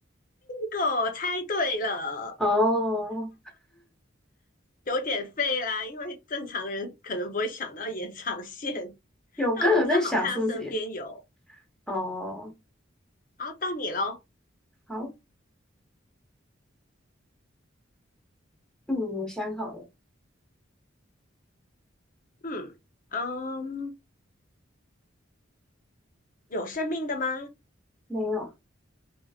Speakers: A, on the left; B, in the centre.
A: 这个我猜对了，
B: 哦，
A: 有点废啦，因为正常人可能不会想到延长线，
B: 有，
A: 但我正好看到身边有。
B: 刚有在想是不是延？哦，
A: 好，到你喽。
B: 好，嗯，我想好了，
A: 嗯嗯，有生命的吗？
B: 没有，